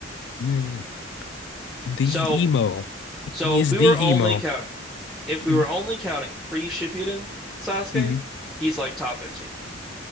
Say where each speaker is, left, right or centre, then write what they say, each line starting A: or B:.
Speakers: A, on the left (about 60°); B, in the centre.
A: mm. The
B: So,
A: emo.
B: so
A: He is
B: if we
A: the
B: were only
A: emo.
B: counting, if we
A: hmm
B: were only counting pre-Shippuden Sasuke,
A: hmm
B: he's like top 15.